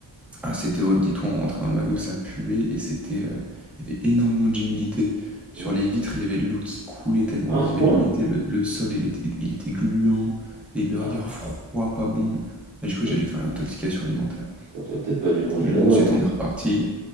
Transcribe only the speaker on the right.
Ouais.
Ah,
à ce
point-là.
Ah,
peut-être
t'as peut-être pas dû manger
là-bas,
effectivement.